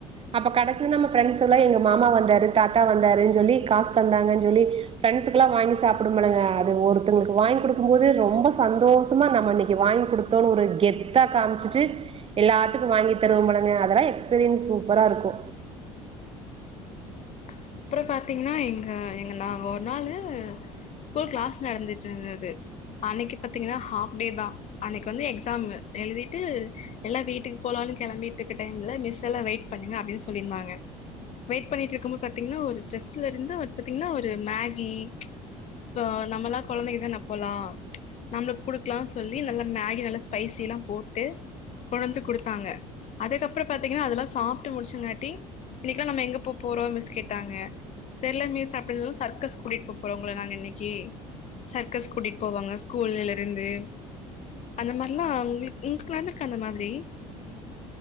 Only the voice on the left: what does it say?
ம் அப்றோ பாத்திங்கனா எங்க எங்க நாங்க ஒரு நாளு ஸ்கூல் கிளாஸ் நடந்துட்ருந்துது அன்னைக்கு பாத்திங்னா ஹாஃப்டேதா அன்னைக்கு வந்து எக்ஸாமு எழுதிட்டு எல்லா வீட்டுக்கு போலானு கெளம்பிட்டு இருக்க டைம்ல மிஸ் எல்லா வெயிட் பண்ணுங்க அப்டின்னு சொல்லிருந்தாங்க வெயிட் பண்ணிட்ருக்கும்போ பாத்திங்னா ஒரு ட்ரெஸ்ல இருந்து பாத்திங்னா ஒரு மேகி இப்போ நம்மளா கொழந்தைங்கதான அப்போல்லா நம்ளுக்கு குடுக்கலான் சொல்லி நல்லா மேகி நல்லா ஸ்பைசில்லா போட்டு கொணந்து குடுத்தாங்க அதுக்கப்றோ பாத்திங்னா அதெல்லா சாப்ட்டு முடிச்சங்காட்டி இன்னைக்லா நம்ம எங்க போ போறோ மிஸ் கேட்டாங்க தெர்ல மிஸ் அப்டின் சொல்வு சர்க்கஸ் கூட்டிட்டு போ போறோ உங்கள நாங்க இன்னைக்கு சர்க்கஸ் கூட்டிட்டு போவாங்க ஸ்கூல்லில் இருந்து அந்த மார்லா உங்ளுக் உங்ளுக்கு நடந்திருக்கா அந்த மாதிரி